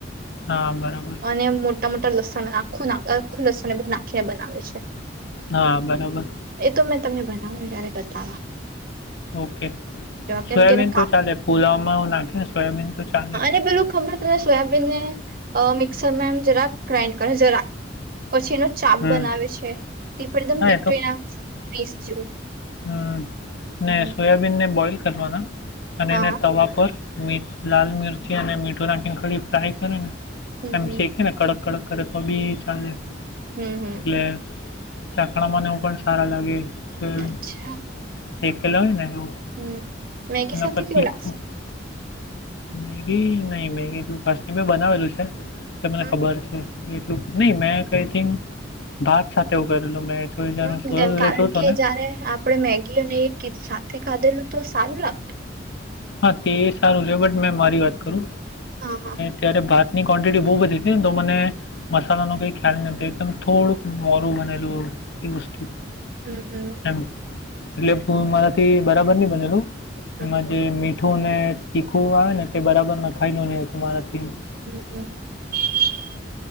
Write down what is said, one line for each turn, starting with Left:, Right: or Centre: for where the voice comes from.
Left: હા બરાબર.
Right: અને મોટા મોટા લસણ આખું નાખ લસણ એ બધું નાખીને બનાવે છે.
Left: હા બરાબર.
Right: એતો મેં તમને બનાવું ને ત્યાંરે બતાવવા
Left: ઓકે
Right: કેમ
Left: સોયાબીન
Right: કેને કાપ
Left: તો ચાલે, પુલાવામાં હું નાખે ને સોયાબીન તો ચાલે
Right: એ પેલું ખબર અને સોયાબીન ને અહ મિક્સરમાં એમ જરાક ગ્રાઇન્ડ કરે જરાક પછી એનો ચાપ
Left: હમ
Right: બનાવે છે તે પણ એકદમ
Left: હા
Right: ડિટ્ટો એના પીસ જેવું
Left: હમ્મ,
Right: હમ
Left: ને સોયાબીનને બોઈલ કરવાના અને
Right: હા
Left: એને તવા પર મીઠ લાલ મિરચી અને મીઠુંના કડી ફ્રાય કરે ને
Right: હમ હમ
Left: શેક છે ને કડક કડક કરે તો બી ચાલે
Right: હમ હમ
Left: એટલે ચાકણામાંને એવું પણ સારા લાગે સોયાબીન
Right: અચ્છા
Left: સેકલા હોઈને એવુ
Right: હમ મેગી
Left: ના
Right: સાથે
Left: પર
Right: કેવું
Left: તીખૂ
Right: લાગશે
Left: મેગી નહી મેગી એટલું ખાસ ન મેં બનાવેલું છે, કે મને
Right: હમ
Left: ખબર છે. એટલું નહી મે આઈ થિક ભાત સાથે ઉભેલું મેં જોઈ જનું
Right: હમ
Left: સુરત
Right: કેમ કારણ
Left: રહેતો હતો ને હ.
Right: જયારે આપડે મેગી અને કે સાથે ખાધેલું તો સારું લાગતું
Left: હા તે સારું છે બટ મેં મારી વાત કરું.
Right: હા હા
Left: ત્યારે ભાતની ક્વોન્ટિટી બહુ વધી હતી ને તો મને, મસાલાનો કંઈ ખ્યાલ નથી. એ થોડુંક મોરું બનેલું એ એ વસ્તુ.
Right: હમ હમ.
Left: એટલે મારાથી બરાબર નહ બનેલું.
Right: હમ
Left: એમાં જે મીઠું અને તીખું આવે ને તે બરાબર ન ખાયલું નહી તમારાથી.
Right: હમ હમ <unintelligible>